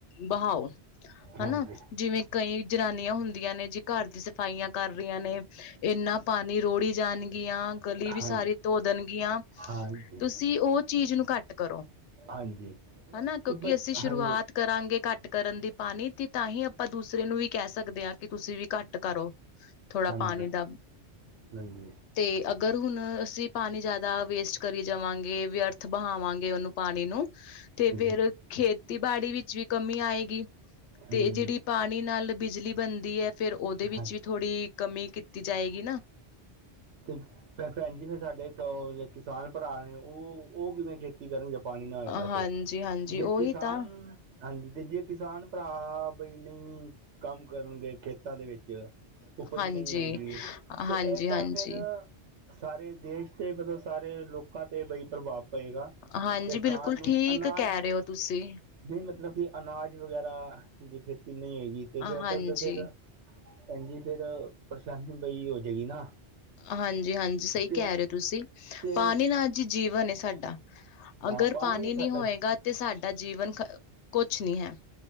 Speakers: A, on the left (about 85°); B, on the right (about 80°).
A: ਵਹਾਓ।
B: ਹਾਂਜੀ
A: ਹਨਾ। ਜਿਵੇਂ ਕਈ ਜਨਾਨੀਆਂ ਹੁੰਦੀਆਂ ਨੇ ਜੀ ਘਰ ਦੀ ਸਫਾਈਆਂ ਕਰ ਰਹੀਆਂ ਨੇ। ਇੰਨਾ ਪਾਣੀ ਰੋੜੀ ਜਾਣਗੀਆਂ। ਗਲੀ
B: ਹਾਂਜੀ
A: ਵੀ ਸਾਰੀ ਧੋ ਦੇਣਗੀਆਂ।
B: ਹਾਂਜੀ
A: ਤੁਸੀਂ ਉਹ ਚੀਜ਼ ਨੂੰ ਘੱਟ ਕਰੋ
B: ਹਾਂਜੀ
A: ਹਨਾ। ਕਿਉਂਕਿ
B: ਤੇ ਬਸ
A: ਅਸੀਂ ਸ਼ੁਰੂਆਤ
B: ਹਾਂਜੀ
A: ਕਰਾਂਗੇ ਘੱਟ ਕਰਨ ਦੀ ਪਾਣੀ ਤੇ ਤਾਂ ਹੀ ਆਪਾਂ ਦੂਸਰੇ ਨੂੰ ਵੀ ਕਹਿ ਸਕਦੇ ਹਾਂ ਕਿ ਤੁਸੀਂ ਵੀ ਘੱਟ ਟ ਕਰੋ। ਥੋੜਾ
B: ਹਾਂਜੀ
A: ਪਾਣੀ ਦਾ।
B: ਹਾਂਜੀ
A: ਤੇ ਅਗਰ ਹੁਣ ਅਸੀਂ ਪਾਣੀ ਜ਼ਿਆਦਾ ਵੇਸਟ ਕਰੀ ਜਾਵਾਂਗੇ। ਵਿਅਰਥ ਬਹਾਵਾਂਗੇ ਉਹਨੂੰ ਪਾਣੀ ਨੂੰ। ਤੇ ਫੇਰ
B: ਹਾਂਜੀ
A: ਖੇਤੀਬਾੜੀ ਵਿੱਚ ਵੀ ਕਮੀ ਆਏਗੀ। ਤੇ
B: ਹੂੰ
A: ਜਿਹੜੀ ਪਾਣੀ ਨਾਲ ਬਿਜਲੀ ਬਣਦੀ। ਹੈ ਫੇਰ ਉਹਦੇ ਵਿੱਚ
B: ਹਾਂਜੀ
A: ਵੀ ਥੋੜ੍ਹੀ ਕਮੀ ਕੀਤੀ ਜਾਏਗੀ ਨਾ।
B: ਤੇ ਭੈਣ ਜੀ ਫਿਰ ਸਾਡੇ ਕਿਸਾਨ ਭਰਾ ਨੇ ਉਹ- ਉਹ ਕਿਵੇਂ ਖੇ ਕਿ ਕਰਣ ਜੇ ਪਾਣੀ ਨਾ ਹੋਏਗਾ।
A: ਹਾਂਜੀ
B: ਤੇ
A: ਹਾਂਜੀ
B: ਜੇ
A: ਉਹੀ
B: ਕਿਸਾਨ
A: ਤਾਂ
B: ਹਾਂਜੀ। ਤੇ ਜੇ ਕਿਸਾਨ ਭਰਾ ਬਈ ਨਹੀਂ ਕੰਮ ਕਰਨਗੇ ਖੇਤਾਂ ਦੇ ਵਿੱਚ। ਉਪਜ
A: ਹਾਂਜੀ
B: ਨਹੀਂ ਹੋਏਗੀ। ਤੇ
A: ਹਾਂਜੀ
B: ਇਹ ਤਾਂ
A: ਹਾਂਜੀ
B: ਫਿਰ ਸਾਰੇ ਦੇਸ਼ ਤੇ, ਮਤਲਬ ਸਾਰੇ ਲੋਕਾਂ ਤੇ ਬਈ ਪ੍ਰਭਾਵ ਪਏਗਾ।
A: ਹਾਂਜੀ।
B: ਤੇ
A: ਬਿਲਕੁਲ
B: ਖਾਣ ਨੂੰ
A: ਠੀਕ
B: ਅਨਾਜ
A: ਕਹਿ ਰਹੇ ਹੋ ਤੁਸੀਂ।
B: ਨਹੀਂ ਮਤਲਬ ਕਿ ਅਨਾਜ ਵਗੈਰਾ, ਦੀ ਖੇਤੀ ਨਹੀਂ ਹੋਏਗੀ। ਤੇ ਬਿਹਤਰ
A: ਹਾਂਜੀ
B: ਫਿਰ ਕਹਿੰਦੀ ਫੇਰ, ਪਰੇਸ਼ਾਨੀ ਬਈ ਹੋ ਜਏਗੀ ਨਾ।
A: ਹਾਂਜੀ- ਹਾਂਜੀ ਸਹੀ
B: ਤੇ
A: ਕਹਿ ਰਹੇ ਤੁਸੀਂ।
B: ਤੇ
A: ਪਾਣੀ ਨਾਲ ਜੀ ਜੀਵਨ ਸਾਡਾ।
B: ਹਾਂ
A: ਅਗਰ ਪਾਣੀ ਨਹੀਂ
B: ਸਾਡਾ
A: ਹੋਏਗਾ। ਤੇ ਸਾਡਾ ਜੀਵਨ ਕੁਛ ਨਹੀਂ ਹੈ।